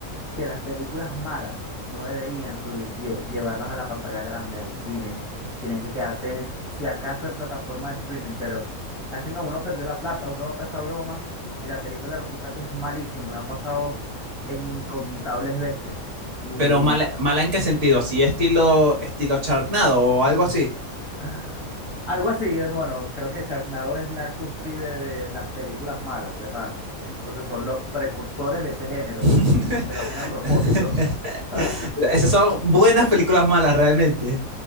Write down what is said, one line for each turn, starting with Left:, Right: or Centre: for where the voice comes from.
Left: que las películas malas no deberían subir, lle- llevarlas a la pantalla grande, al cine. Tienen que quedarse, si acaso, en plataformas de streaming, pero hacen a uno perder la plata, uno va para esa broma y la película resulta que es malísima. Me ha pasado en incontables veces. Y
Right: Pero mala, mala en qué sentido, así estilo, estilo charnado o algo así.
Left: <gasps> ah, algo así, eh, bueno, creo que Sharknado es la cúspide de las películas malas, de pana. Eh, Yo creo que son los precursores de ese género,
Right: <laughs>
Left: que lo hacen a propósito. <laughs>
Right: Esas son buenas películas malas realmente.